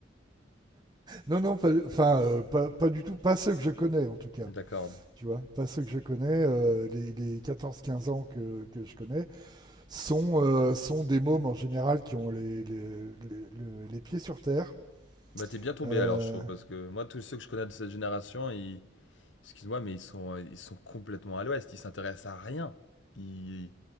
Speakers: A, on the right; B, on the left.
A: Non, non, pas- enfin, euh, pas, pas du tout, pas ceux que je connais en tout cas,
B: D'accord.
A: tu vois, pas ceux que je connais, euh, les, les 14-15 ans que, que je connais, sont, euh, sont des mômes en général qui ont les, les, les, le- les pieds sur terre.
B: Bah t'es bien tombé
A: Euh,
B: alors, je trouve, parce que moi, tous ceux que je connais de cette génération, ils, excuse-moi, mais ils sont, ils sont complètement à l'ouest. Ils s'intéressent à rien. Ils,